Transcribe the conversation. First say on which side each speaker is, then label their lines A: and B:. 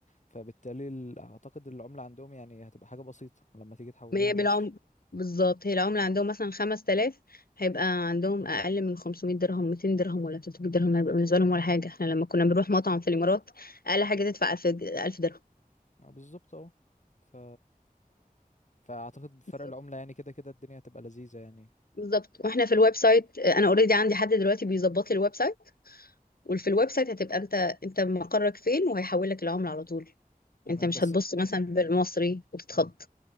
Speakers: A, on the left (about 50°); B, on the left (about 75°).
A: فبالتالي ال... أعتقد العملة عندهم يعني هتبقى حاجة بسيطة لما تيجي تحوليها
B: ما هي
A: لمصري
B: بالعمر بالظبط هي العملة عندهم مثلا 5000 هيبقى عندهم أقل من 500 درهم 200 درهم ولا 300 درهم هيبقى بالنسبة لهم ولا حاجة احنا لما كنا بنروح مطعم في الإمارات أقل حاجة تدفع 1000 د- 1000 درهم
A: أه بالظبط أه ف... فأعتقد بفرق
B: بالظبط.
A: العملة يعني كده كده الدنيا هتبقى لذيذة يعني
B: بالظبط واحنا في الويب سايت انا اوريدي عندي حد دلوقتي بيظبط لي الويب سايت وفي الويب سايت هتبقى انت انت مقرك فين وهيحول لك العملة على طول
A: تمام
B: انت مش
A: بس
B: هتبص مثلا بالمصري وتتخض
A: مم.